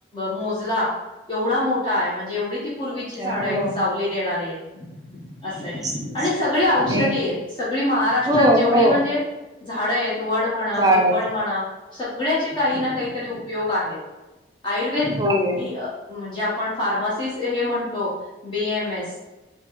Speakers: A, on the left; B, on the right.
A: मोजला एवढा मोठा आहे म्हणजे जेवढी ती पूर्वीची
B: मोठ आहे
A: झाडं
B: हो
A: आहेत सावली देणारी आहेत. असं
B: तेच
A: आहे
B: तेच
A: आणि सगळी औषधी
B: आणि
A: आहेत. सगळी महाराष्ट्रात
B: हो
A: जेवढी
B: हो
A: म्हणजे झाडं आहेत वड म्हणा
B: झाड
A: पिंपळ
B: आहेत
A: म्हणा. सगळ्याचे काही ना काहीतरी उपयोग आहेत. आयुर्वेद
B: होय
A: म्हणजे आपण फार्मा म्हणतो बीमस.